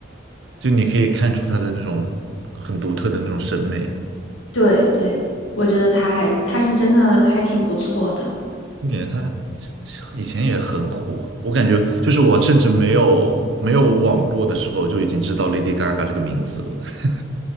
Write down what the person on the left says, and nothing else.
对对，我觉得他还他是真的还挺不错的。